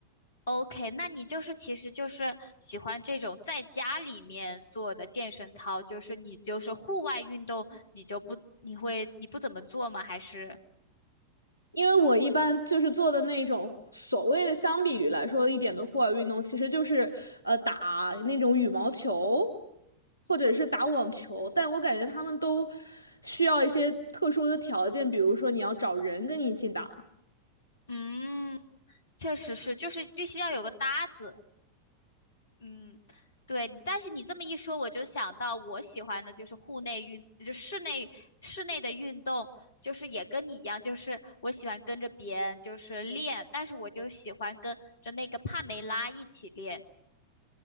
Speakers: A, on the left; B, on the left.
A: ，OK，那你就是其实就是喜欢这种在家里面做的健身操，就是你就是户外运动，你就不你会你不怎么做吗？还是？
B: 因为我一般就是做的那种所谓的相比于来说一点的户外运动，其实就是呃打那种羽毛球，或者是打网球，但我感觉他们都需要一些特殊的条件，比如说你要找人跟你一起打。
A: 嗯，确实是，就是必须要有个搭子。嗯，对。但是你这么一说，我就想到我喜欢的就是户内运，就室内室内的运动，就是也跟你一样，就是我喜欢跟着别人就是练，但是我就喜欢跟着那个帕梅拉一起练。